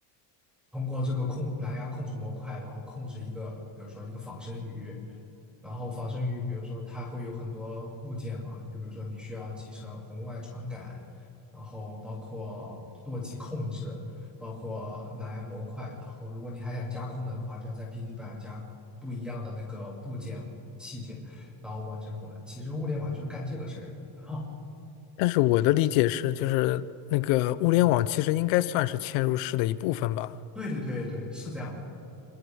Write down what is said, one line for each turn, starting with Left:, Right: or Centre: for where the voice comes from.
Centre: 通过这个控蓝牙控制模块，然后控制一个，比如说一个仿生鱼。然后仿生于，比如说它会有很多部件嘛，就比如说你需要集成红外传感，然后包括舵机控制，包括蓝牙模块，然后如果你还想加功能的话，就要在 PC 版加不一样的那个部件嘛器件，然后完成功能。其实物联网就是干这个事儿的。哦
Left: 但是我的理解是，就是那个物联网其实应该算是嵌入式的一部分吧。
Centre: <laughs>，对对对对，是这样的。